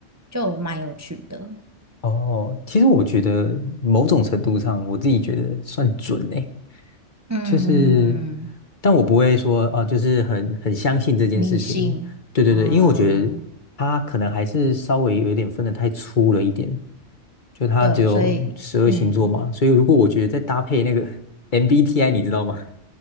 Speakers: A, on the right; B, on the left.
A: 就蛮有趣的。
B: 哦，其实我觉得某种程度上，我自己觉得算准呢。
A: 嗯
B: 就是，
A: 嗯嗯，
B: 但我不会说啊，就是很很相信这件事情。
A: 迷信，
B: 对对对，
A: 嗯，
B: 因为我觉得他可能还是稍微有一点分得太粗了一点，就他只有十二星座嘛，
A: 对，所以，嗯
B: 所以如果我觉得再搭配那个 <laughs> MBTI，你知道吗？<laughs>